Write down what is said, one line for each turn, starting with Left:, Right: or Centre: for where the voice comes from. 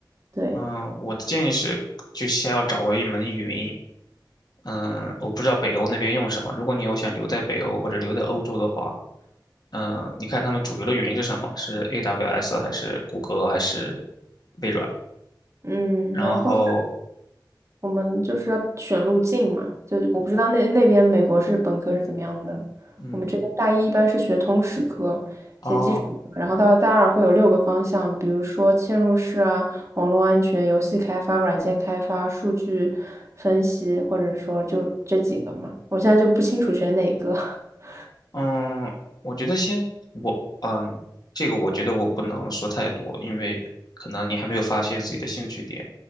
Right: 对，
Left: 嗯，我的建议是，就先要掌握一门语音嗯，我不知道北欧那边用什么。如果你有想留在北欧或者留在欧洲的话，嗯，你看他们主流的语音是什么？是 AWS 还是谷歌还是微软？
Right: 嗯，
Left: 然后，
Right: 然后。我们就是要选路径嘛，就是我不知道那那边美国是本科是怎么样的，
Left: 嗯，
Right: 我们这边大一一般是学通识科，学基础课，
Left: 哦。
Right: 然后到了大二会有六个方向，比如说嵌入式啊、网络安全、游戏开发、软件开发、数据分析，或者说就这几个嘛，我现在就不清楚选哪个。<laughs>
Left: 嗯，我觉得先我嗯，这个我觉得我不能说太多，因为可能你还没有发现自己的兴趣点。